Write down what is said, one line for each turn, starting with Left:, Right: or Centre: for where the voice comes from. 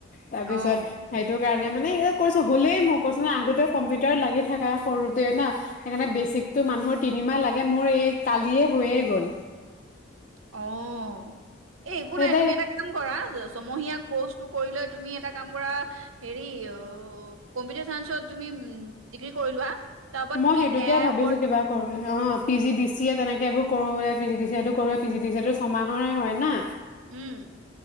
Left: তাৰপিছত
Right: অ'
Left: সেইটো কাৰ মানে এই কোৰ্চ হ'লেই মই কৈছোঁ ন আগতেও কম্পিউটাৰত লাগি থাকা সৰুতে না সেইকাৰণে বেচিকতটো মানুহৰ তিনিমাহ লাগে মোৰ এই কালিয়ে হৈয়ে গ'ল।
Right: অহ' এ একো
Left: সেইটোৱে
Right: নাই তুমি এটা কাম কৰা ছমহীয়া কৰ্চটো কৰি লৈ তুমি এটা কাম কৰা হেৰি অ কম্পিউটাৰ চাইন্সত তুমি ডিগ্ৰী কৰি লোৱা। তাৰ ওপৰত
Left: মই
Right: তুমি
Left: সেইটোকে
Right: এ আইৰ
Left: ভাবিছো
Right: ওপৰত
Left: কিবা কৰো অ' P G D C A তেনেকে এইবোৰ কৰো পিজি দিছে এইটো পিজি দিছে এইটো ছমাহৰে হয় না।
Right: উম,